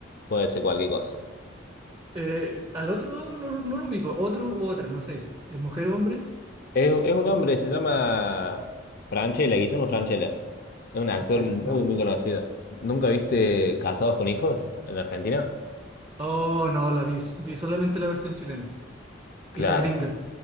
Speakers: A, on the left (about 50°); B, on the right (about 20°).
A: puede ser cualquier cosa.
B: Eh, al otro no, lo- no lo ubico, otro u otra, no sé. ¿Es mujer o hombre?
A: Es, es un hombre, se llama Franchella, Guillermo Franchella. Es un
B: Franchella,
A: actor muy,
B: no.
A: muy conocido. ¿Nunca viste Casados con Hijos en la Argentina?
B: Oh, no, la vi, vi solamente la versión chilena
A: Claro,
B: y la gringa.